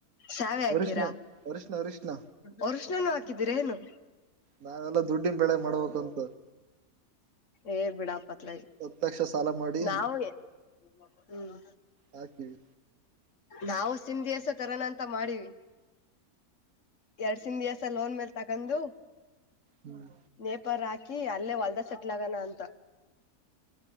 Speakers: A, on the left (about 55°); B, on the right (about 70°).
A: ಸಾವೆ ಹಾಕೀರಾ
B: ಅರಿಶಿನ ಅರಿಶಿನ ಅರಿಶಿನ
A: ವರ್ಷ್ಣನು ಹಾಕಿದೀರ ಏನು
B: ನಾವೆಲ್ಲ ದುಡ್ಡನ್ ಬೆಳೆ ಮಾಡ್ಬೇಕಂತ
A: ಏ ಬಿಡಾಪತ್ಲ
B: ಹತ್ತು ಲಕ್ಷ ಸಾಲ ಮಾಡಿ
A: ನಾವವು ಹ್ಮ್
B: ಹಾಕಿವಿ
A: ನಾವು ಸಿಂಧಿಸ ತರೋನ ಅಂತ ಮಾಡೀಿವವಿ ಎರಡ್ ಸಿಧಿಸ ಲೋನ್ ಮೇಲ್ಾ ಗಂದು
B: ಹ್ಮ್
A: ನೇಪಾರ ಹಾಕಿ ಅಲ್ಲೇ ಹೊಲ್ದ ಸೆಟ್ಲ್ ಆಗೋಣ ಅಂತ